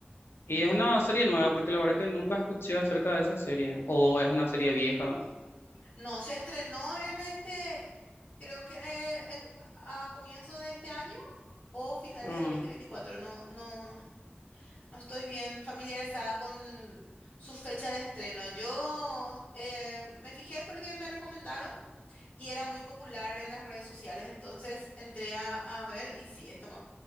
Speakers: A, on the left (about 45°); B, on the left (about 75°).
A: Muy.
B: Y es una serie nueva, porque la verdad que nunca escuché acerca de esa serie. O es una serie vieja.
A: No, se estrenó en este, creo que eh, en- a comienzo de este año o finales
B: Ah,
A: del 2024. No, no, no estoy bien familiarizada con su fecha de estreno. Yo eh, me fijé porque me recomendaron. Y era muy popular en las redes sociales, entonces entré a, a ver y sí, estaba,